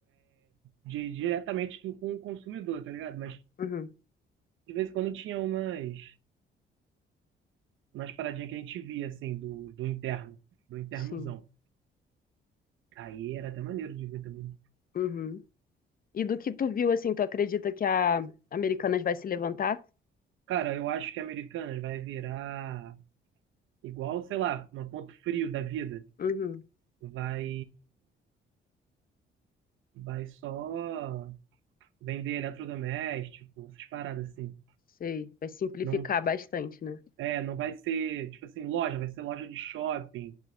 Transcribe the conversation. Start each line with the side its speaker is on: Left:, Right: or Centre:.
Right: de diretamente com o consumidor, tá ligado? Mas
Left: uhum,
Right: de vez em quando tinha umas, umas paradinhas que a gente via, assim, do, do interno, do internozão.
Left: sim.
Right: Aí era até maneiro de ver também.
Left: Uhum. E do que tu viu, assim, tu acredita que a Americanas vai se levantar?
Right: Cara, eu acho que Americanas vai virar igual, sei lá, um ponto frio da vida.
Left: Uhum,
Right: Vai, vai só vender eletrodoméstico, essas paradas assim.
Left: sei. Vai simplificar
Right: Não,
Left: bastante, né?
Right: é, não vai ser, tipo assim, loja, vai ser loja de shopping.